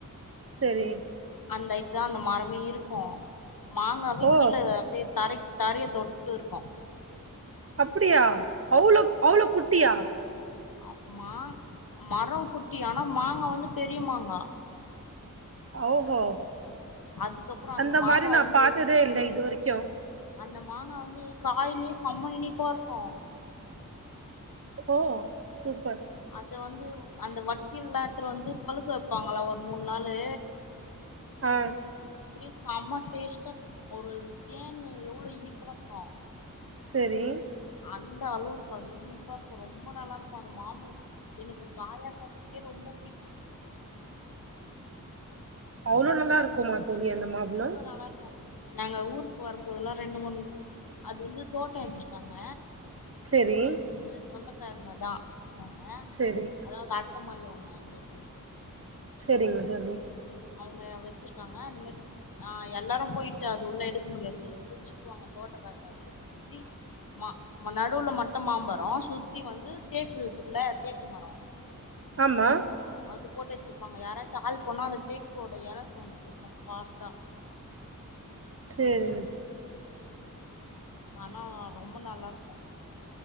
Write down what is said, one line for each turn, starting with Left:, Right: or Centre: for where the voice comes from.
Right: சேரி
Left: அந்த ஹைட் தா அந்த மரமே இருக்கு மாங்காவே
Right: ஓ
Left: கீழே அப்படியே தரை தரய தொட்டு இருக்கோ
Right: அப்பிடியா அவ்ளோ அவ்ளோ குட்டியா
Left: அம்மா மரோ குட்டி ஆனா மாங்கா வந்து பெரிய மாங்கா
Right: ஹாஹோ
Left: அதுக்கப்றோ
Right: அந்த
Left: மாங்கா
Right: மாரி நா
Left: வந்து
Right: பாத்ததே இல்லை இது வரைக்கு
Left: அந்த மாங்கா வந்து காயிலயே செம்ம இனிப்பா இருக்கு
Right: ஓ சூப்பர்
Left: அத்த வந்து அந்த வக்கீல்லா எத்துனு வந்து பழுக்க வைப்பாங்களா ஒரு மூணு நாளு
Right: ஆ
Left: அப்பிடியே சம்ம டேஸ்ட்டா ஒரு தேன் எவ்ளோ இனிப்பா இருக்கு
Right: சேரி
Left: அந்த அளவுக்கு வந் இனிப்பா இருக்கு ரொம்ப நல்லா இருக்கு அந்த மாம்பழம் எனக்கு காயா சாப்பதுக்கே ரொம்ப புடிக்கு
Right: அவ்ளோ நல்லா இருக்கும்மா தோழி அந்த மாபலோ
Left: அவ்ளோ நல்லா இருக்கு நாங்க ஊருக்கு வருபோதெல்லா ரெண்டு மூணு அது வந்து தோட்டோ வச்சிருக்காங்க
Right: சேரி
Left: எங்க சொந்தக்காரங்க தா போங்க
Right: சேரி
Left: அதாவது கா எந்த மாரி அவங்க எங்களுக்கு
Right: ரிங் தந்து
Left: அவங்க வச்சிருக்காங்க அந்த மேரி ஆ எல்லாரு போயிட்டு அது உள்ள எடுக்க முடியாது புச்சுடுவாங்க தோட்டக்காரங்க சுத்தி மா நடுவுல மட்டு மாம்பரோ சுத்தி வந்து தேக்கு இருக்குல தேக்கு மரோ
Right: ஆமா
Left: அது போட்டு வச்சிருப்பாங்க யாராச்சு ஆால் போனா அந்த தேக்கோட இல சவுண்ட் கேட்போ பாஸ்ட்டா
Right: சேரிங்க சே
Left: ஆனா ரொம்ப நல்லா இருக்கு